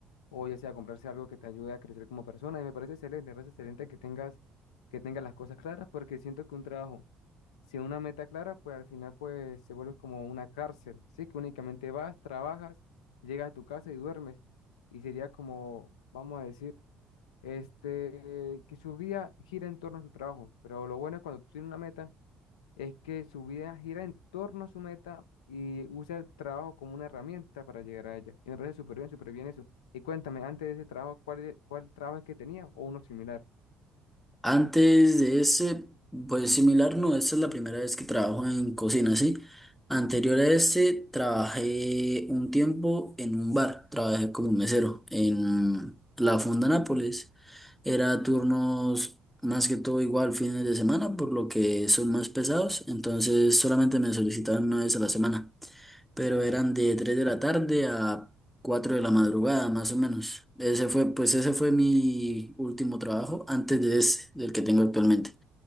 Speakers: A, on the left (about 85°); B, in the centre.
A: o ya sea comprarse algo que te ayude a crecer como persona. Y me parece excelente, me parece excelente que tengas, que tengas las cosas claras porque siento que un trabajo sin una meta clara, pues al final pues se vuelve como una cárcel, ¿sí? Que únicamente vas, trabajas, llegas a tu casa y duermes. Y sería como, vamos a decir, este, que su vida gira en torno a su trabajo. Pero lo bueno es cuando tú tienes una meta es que su vida gira en torno a su meta y usa el trabajo como una herramienta para llegar a ella. Y me parece súper bien, súper bien eso. Y cuéntame, antes de ese trabajo, ¿cuál, e- cuál trabajo es que tenía o uno similar?
B: Antes de ese, pues similar, no, esta es la primera vez que trabajo en cocina, ¿sí? Anterior a este, trabajé un tiempo en un bar, trabajé como mesero en la Fonda Nápoles. Era turnos más que todo igual fines de semana, por lo que son más pesados, entonces solamente me solicitaban una vez a la semana, pero eran de 3 de la tarde a 4 de la madrugada, más o menos. Ese fue, pues ese fue mi último trabajo antes de ese, del que tengo actualmente.